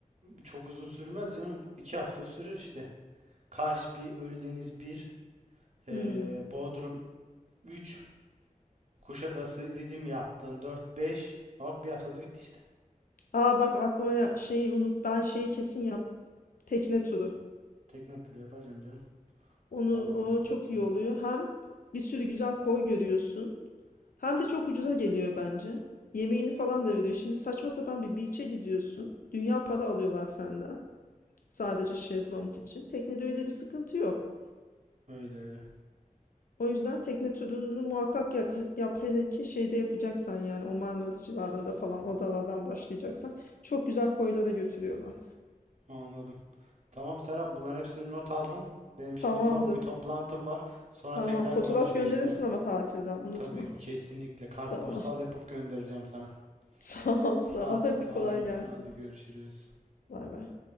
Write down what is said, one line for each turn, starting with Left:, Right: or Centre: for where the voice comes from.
Right: Çok uzun sürmez canım. İki hafta sürer işte. Kaş bir, Ölüdeniz bir, eee,
Left: Hmm.
Right: Bodrum üç Kuşadası dedim yaptın dört beş Bak bir haftada bitti işte.
Left: Aa bak aklıma ya- şeyi unut. Ben şeyi kesin yap. Tekne turu.
Right: Tekne turu yapacağım canım.
Left: Onu
Right: Allah'ım
Left: o çok iyi oluyor. Hem bir sürü güzel koy görüyorsun. Hem de çok ucuza geliyor bence. Yemeğini falan da veriyor. Şimdi saçma sapan bir beach'e gidiyorsun. Dünya para alıyorlar senden. Sadece şezlong için. Teknede öyle bir sıkıntı yok.
Right: öyle öyle.
Left: O yüzden tekne turunu muhakkak yap, yap hele ki şeyde yapacaksan yani o Marmaris civarında falan odalardan başlayacaksan çok güzel koylara götürüyorlar.
Right: Anladım. Tamam Serap bunların hepsini not aldım. Benim
Left: Tamamdır.
Right: şimdi ufak bir toplantım var. Sonra
Left: Tamam.
Right: tekrar
Left: Fotoğraf
Right: konuşuruz
Left: gönderirsin
Right: tamam.
Left: ama tatilden unutma.
Right: Tabii kesinlikle kartpostal
Left: Tamam.
Right: yapıp göndereceğim sana. <laughs>
Left: <laughs> Tamam sağ
Right: Ha,
Left: ol. Hadi
Right: hadi
Left: kolay gelsin.
Right: hadi görüşürüz.
Left: Var var.